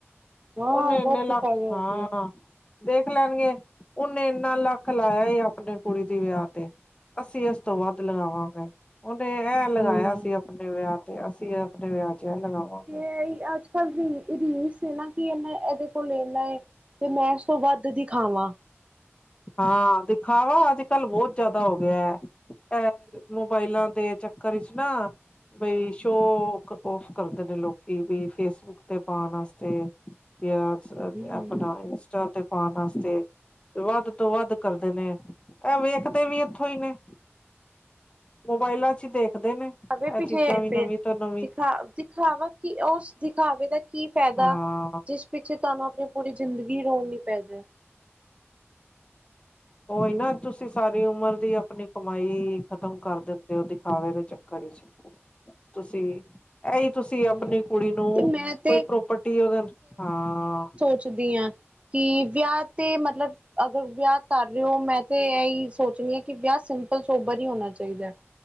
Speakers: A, on the right (about 25°); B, on the left (about 25°).
A: ਹਾਂ
B: ਓਨੇ
A: ਬਹੁਤ
B: ਇੰਨੇ ਲੱਖ
A: ਦਿਖਾਵਾ ਹੋ
B: ਹਾਂ
A: ਗਿਆ
B: ਦੇਖ ਲੈਣਂਗੇ, ਉਹਨੇ ਇੱਨਾ ਲੱਖ ਲਾਇਆ ਹੀ, ਆਪਣੇ ਕੁੜੀ ਦੇ ਵਿਆਹ ਤੇ। ਅਸੀਂ ਏਸ ਤੋਂ ਵੱਧ ਲਗਾਵਾਂਗੇ। ਓਹਨੇ ਏਹ ਲਗਾਇਆ
A: ਹੂੰ
B: ਸੀ ਆਪਣੇ ਵਿਆਹ ਤੇ, ਅਸੀਂ ਆਪਣੇ ਵਿਆਹ ਚ ਏਹ ਲਗਾਵਾਂਗੇ।
A: ਇਹ ਈ ਅੱਜ ਐਦੀ ਇਹਦੀ ਇਹ ਸੀ ਨਾ ਕੀ, ਇਹਨਾ ਐਹਦੇ ਕੋਲ ਐਨਾ ਏ ਤੇ ਮੈਂ ਇਸ ਤੋਂ ਵੱਧ ਦਿਖਾਵਾਂ।
B: ਹਾਂ, ਦਿਖਾਵਾ ਅੱਜ-ਕੱਲ ਬਹੁਤ ਜਿਆਦਾ ਹੋ ਗਿਐ। ਐਹ ਮੋਬਾਇਲਾਂ ਦੇ ਚੱਕਰ ਇਚ ਨਾ, ਬਈ ਸ਼ੋਕ ਓਫ ਕਰਦੇ ਨੇ ਲੋਕੀ ਵੀ ਫੇਸਬੁੱਕ ਤੇ ਪਾਣ ਆਸਤੇ ਯਾ ਤੇ
A: ਹੂੰ
B: ਆਪਣਾ ਇੰਸਟਾ ਤੇ ਪਾਣ ਆਸਤੇ ਵੱਧ ਤੋਂ ਵੱਧ ਕਰਦੇ ਨੇ, ਐਹ ਵੇਖਦੇ ਵੀ ਐੱਥੋਂ ਈ ਨੇ। ਮੋਬਾਇਲਾਂ ਚ ਦੇਖਦੇ ਨੇ
A: <inaudible>
B: ਇਹ ਚੀਜ਼ਾਂ ਵੀ ਨਵੀਂ ਤੋਂ ਨਵੀਂ
A: ਦਿਖਾਵਾ ਕੀ, ਓਸ ਦਿਖਾਵੇ ਦਾ ਕੀ ਫਾਇਦਾ
B: ਹਾਂ
A: ਜਿਸ ਪਿੱਛੇ ਤੁਹਾਨੂੰ ਆਪਣੀ ਪੂਰੀ ਜ਼ਿੰਦਗੀ ਰੋਲਨੀ ਪੈਜੇ।
B: ਓਹੀ ਨਾ ਤੁਸੀਂ ਸਾਰੀ ਉਮਰ ਦੀ ਆਪਣੀ ਕਮਾਈ ਖਤਮ ਕਰ ਦੇਂਦੇ ਓ, ਦਿਖਾਵੇ ਦੇ ਚੱਕਰ ਇਚ। ਤੁਸੀਂ ਐਹੀ ਤੁਸੀਂ
A: ਹੂੰ
B: ਆਪਣੀ ਕੁੜੀ ਨੂੰ,
A: ਤੇ ਮੈਂ ਤੇ
B: ਕੋਈ ਪ੍ਰੋਪਰਟੀ ਓਹਦੇ, ਹਾਂ
A: ਪੁੱਛਦੀ ਆਂ, ਕਿ ਵਿਆਹ ਤੇ ਮਤਲਬ ਅਗਰ ਵਿਆਹ ਕਰ ਰਹੇ ਹੋ, ਮੈਂ ਤੇ ਏਹੀ ਸੋਚਣੀ ਆ ਕਿ ਵਿਆਹ ਸਿੰਪਲ ਸੋਬਰ ਈ ਹੋਣਾ ਚਾਹੀਦਾ।